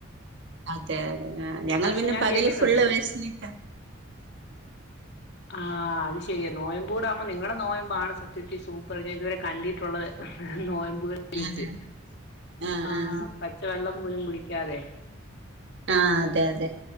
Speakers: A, on the right; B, on the left.
A: അതെ, അതെ ഞങ്ങൾ
B: ഭക്ഷണം
A: പിന്നെ
B: ഞാൻ
A: പകല്
B: കേട്ടിട്ടുണ്ട്
A: ഫുള്ള് വെശന്നിട്ട
B: ആ, അത് ശെരിയാ നോയമ്പോൾ നിങ്ങളുടെ നോയമ്പാണ് സത്യത്തി സൂപ്പർ ഇതുവരെ കണ്ടിയിട്ടുള്ളത് നോയമ്പ വെച്ച്
A: അതെ ആഹ്
B: ആ്
A: ആഹ്
B: പച്ച വെള്ളം പോലും കുടിക്കാതെ
A: ആ, അതെ അതെ